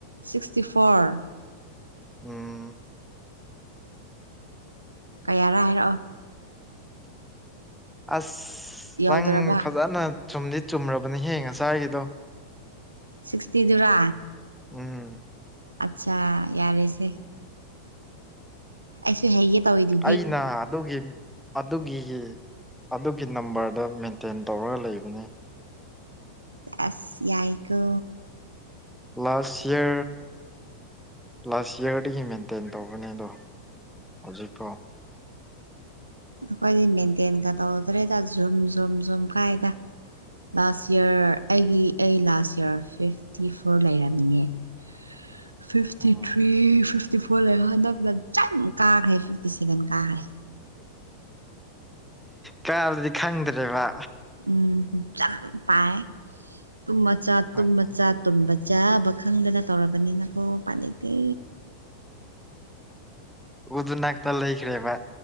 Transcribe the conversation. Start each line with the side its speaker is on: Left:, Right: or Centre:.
Right: ꯁꯤꯛꯁꯇꯤ ꯐꯣꯔ
Centre: ꯎ
Right: ꯀꯌꯥꯔꯥ ꯍꯥꯏꯔꯛꯑꯣ
Centre: ꯑꯁ
Right: ꯌꯧꯗ꯭ꯔꯕ
Centre: ꯅꯪ ꯐꯖꯅ ꯆꯨꯝꯗꯤ ꯆꯨꯝꯔꯕꯅꯤ ꯍꯦꯡꯉꯁ꯭ ꯍꯥꯏꯒꯤꯗꯣ
Right: ꯁꯤꯛꯁꯇꯤꯗꯨꯔꯥ
Centre: ꯎꯝ
Right: ꯑꯠꯆꯥ ꯌꯥꯔꯦꯁꯦ ꯑꯩꯁꯨ ꯍꯥꯏꯌꯦ ꯇꯧꯏꯗꯨ
Centre: ꯑꯩꯅ ꯑꯗꯨꯒꯤ ꯑꯗꯨꯒꯤ ꯑꯗꯨꯒꯤ ꯅꯝꯕꯔꯗ ꯃꯦꯟꯇꯦꯟ ꯇꯧꯔꯒ ꯂꯩꯕꯅꯤ
Right: ꯑꯁ ꯌꯥꯏꯈ
Centre: ꯂꯥꯁ ꯏꯔ ꯂꯥꯁ ꯌꯔꯗꯒꯤ ꯃꯦꯟꯇꯦꯟ ꯇꯧꯕꯅꯦ ꯑꯗꯣ ꯍꯧꯖꯤ ꯐꯣ
Right: ꯑꯩꯈꯣꯏꯗꯤ ꯃꯦꯟꯇꯦꯟꯒ ꯇꯧꯗ꯭ꯔꯦꯗ ꯖꯨꯝ ꯖꯨꯝ ꯖꯨꯝ ꯀꯥꯏꯗ ꯂꯥꯁ ꯏꯔ ꯑꯩꯒꯤ ꯑꯩ ꯂꯥꯁ ꯌꯔ ꯐꯤꯐꯇꯤ ꯐꯣꯔ ꯂꯩꯔꯝꯃꯤꯅꯦ <inaudible> ꯐꯤꯐꯇꯤ
Centre: ꯎꯝ
Right: ꯊ꯭ꯔꯤ ꯐꯤꯐꯇꯤ ꯐꯣꯔ ꯂꯩꯔ ꯍꯟꯗꯛ ꯆꯝ ꯀꯥꯈ꯭ꯔꯦ ꯐꯤꯐꯇꯤ ꯁꯦꯚꯦꯟ ꯀꯥꯈ꯭ꯔꯦ
Centre: ꯀꯥꯔꯗꯤ ꯈꯪꯗ꯭ꯔꯦꯕ
Right: ꯎꯝ ꯌꯥꯝ ꯄꯥꯏ ꯇꯨꯝ ꯃꯆꯥꯠ
Centre: ꯍꯣꯏꯅꯦ
Right: ꯇꯨꯝ ꯃꯆꯥꯠ ꯇꯨꯝꯕ ꯆꯥꯕ ꯈꯪꯗꯅ ꯇꯧꯔꯕꯅꯤꯅꯀꯣ ꯄꯥꯂꯩꯇꯦ
Centre: ꯎꯗꯨꯅꯅꯥ ꯇ ꯂꯩꯈ꯭ꯔꯦꯕ